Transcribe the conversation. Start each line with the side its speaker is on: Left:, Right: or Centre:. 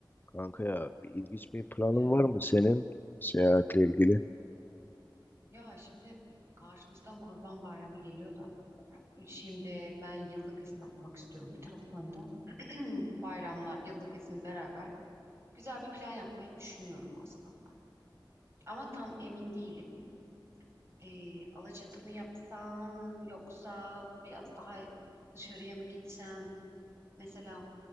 Left: Kanka ya bir ilginç bir planın
Right: Canım
Left: var mı senin seyahatle ilgili?
Right: ya şimdi karşımızdan Kurban Bayramı geliyor da of, şimdi ben yıllık izin yapmak istiyorum. Bir taraftan da <clears throat> bayramlar, yıllık izin beraber güzel bir plan yapmayı düşünüyorum aslında. Ama tam emin değilim. Ee, Alaçatı mı yapsam yoksa biraz daha dışarıya mı gitsem? Mesela